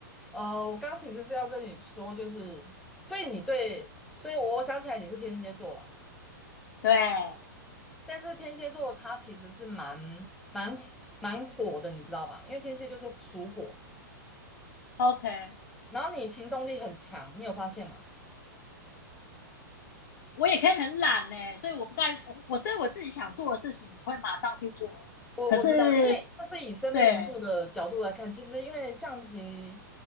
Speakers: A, in the centre; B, on the left.
A: 呃，我刚刚其实是要跟你说，就是所以你对，所以我想起来你是天蝎座啦，
B: 对
A: 但是天蝎座它其实是蛮蛮蛮火的，你知道吧？因为天蝎就是属火，
B: ，OK，
A: 然后你行动力很强，你有发现吗？
B: 我也可以很懒呢，所以我不该我我对我自己想做的事情会马上去做。
A: 我我知道，
B: 可是，
A: 因为这是以生命灵数的角度来看，
B: 对，
A: 其实因为象棋、